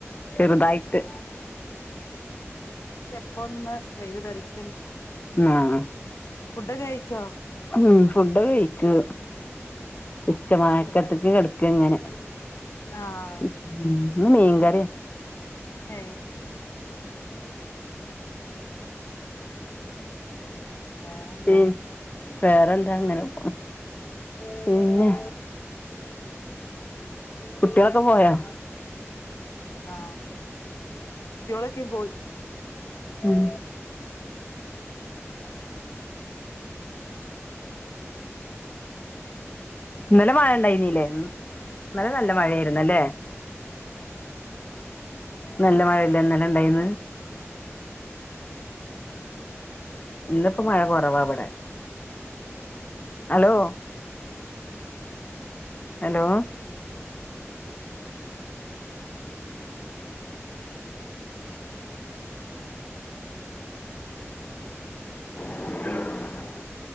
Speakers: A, on the left; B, on the left.
A: ചെറ്തായിറ്റ്
B: ഇല്ല ഇപ്പൊ ഒന്ന് വെയ്ല് ധറിക്ക്ണ്ട്
A: ആഹ്
B: ഫുഡൊക്കെ കഴിച്ചോ
A: ഉം ഫുഡൊക്കെയിച്ചു ഉച്ചമായക്കത്ത്ക്ക്
B: എന്താ കൂട്ടാൻ
A: കെടക്ക ഇങ്ങനെ
B: ആഹ്
A: ഉം ഇന്ന് മീങ്കറി ആ
B: ഏ വേറെന്താ
A: ഉം വേറെന്താ അങ്ങനെ പോണു പിന്നെ കുട്ടികളൊക്കെ പോയോ
B: ആഹ് കുട്ടികളൊക്കേ പോയി
A: ഉം ഇന്നലെ മഴ ഉണ്ടായിനീല്ലേ ഇന്നലെ നല്ല മഴായിരുന്നുല്ലേ നല്ല മഴയല്ലെ ഇന്നലെ ഉണ്ടായിന്ന് ഇന്നിപ്പോ മഴ കുറവാ ഇവിടെ ഹലോ ഹലോ ഉം